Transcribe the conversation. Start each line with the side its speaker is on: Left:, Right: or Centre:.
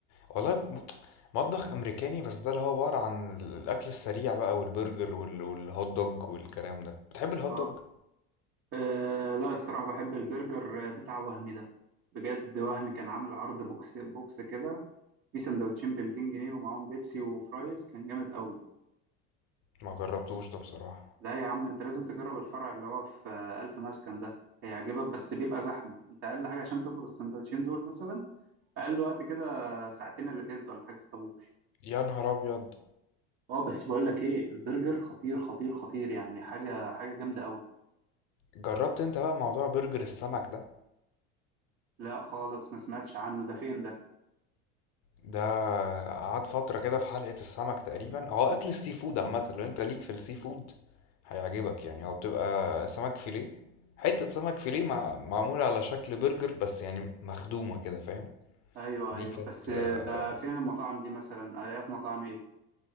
Left: والله م- مطبخ امريكاني بس ده اللي هو عبارة عن الاكل السريع بقى والبرجر وال- والهوت دوج والكلام ده بتحب الهوت
Right: أه
Left: دوج
Right: آه، لا الصراحة بحب البرجر بتاع وهمي ده بجد وهمي كان عامل عرض بوكس بوكس كده في سندوتشين ب 200 جنيه ومعاهم بيبسي وفرايز كان جامد قوي
Left: ما جربتوش ده بصراحة
Right: لا يا عم انت لازم تجرب الفرع اللي هو في آه، ألف مسكن ده هيعجبك بس بيبقى زحمة انت أقل حاجة عشان تطلب السندوتشين دول مثلا أقل وقت كده ساعتين إلا تلت ولا حاجة في الطابور
Left: يا نهار ابيض
Right: اه بس بقول لك ايه البرجر خطير خطير خطير يعني حاجة حاجة جامدة قوي
Left: جربت انت بقى موضوع برجر السمك ده
Right: لا خالص ما سمعتش عنه ده فين ده
Left: ده قعد فترة كده في حلقة السمك تقريبا هو أكل السي فود عامة لو أنت ليك في السي فود هيعجبك يعني هو بتبقى سمك فيليه حتة سمك فيليه مع... معمولة على شكل برجر بس يعني مخدومة كده فاهم
Right: ايوه
Left: دي
Right: ايوه
Left: كانت
Right: بس
Left: آه،
Right: <laughs> ده فين المطاعم دي مثلا الاقيها في مطاعم ايه